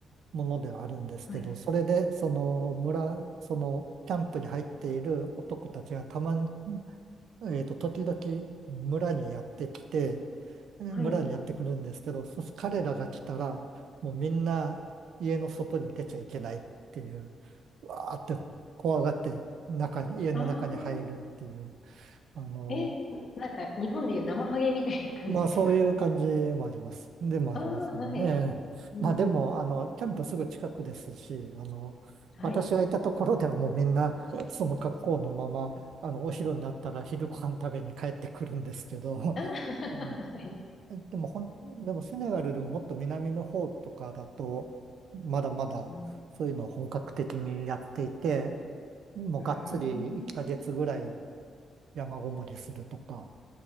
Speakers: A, on the right; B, on the left.
A: ものではあるんですけど、
B: はい。
A: それでその村、そのキャンプに入っている男たちがたまに、えっと、時々村にやってきて、えー村にやってくるんですけど、
B: はい。
A: そし彼らが来たら、もうみんな家の外に出ちゃいけないっていう、わーって怖がって中に、家の中に入るっていう。
B: ああ、
A: あの、
B: え、なんか日本でいう生ハゲみたいな感じですか。
A: まあそういう感じもあります。でもありますよね。
B: ああー、はい。
A: ええまあでも、
B: うんうん。
A: あの、キャンプすぐ近くですし、あの、
B: はい。
A: 私がいたところではもうみんな、その格好のまま、あの、お昼になったら昼ご飯食べに帰ってくるんですけど、
B: ああ、<laughs>
A: うん
B: はい。
A: でもほん、でもセネガルでももっと南の方とかだと、まだまだそういうのを本格的にやっていて、
B: うん、
A: もうがっつり1ヶ月ぐらい
B: うーん、
A: 山ごもりするとか、